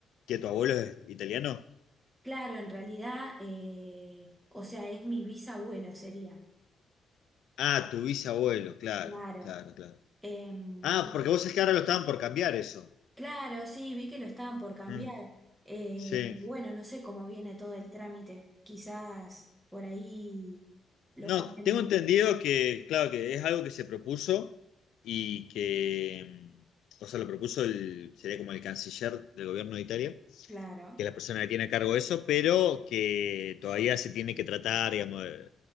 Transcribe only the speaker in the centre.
claro, en realidad, eh, o sea, es mi bisabuelo, sería.
Claro.
Em,
claro, sí, vi que lo estaban por cambiar.
Eh,
pero bueno, no sé cómo viene todo el trámite. Quizás por ahí lo
cambien.
Claro,